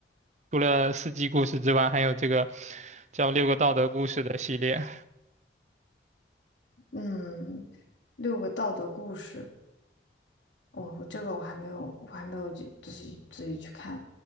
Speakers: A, on the right (about 40°); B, on the left (about 80°).
A: 除了四季故事之外，还有这个叫六个道德故事的系列。
B: 嗯，六个道德故事，我我这个我还没有，我还没有去自己自己去看。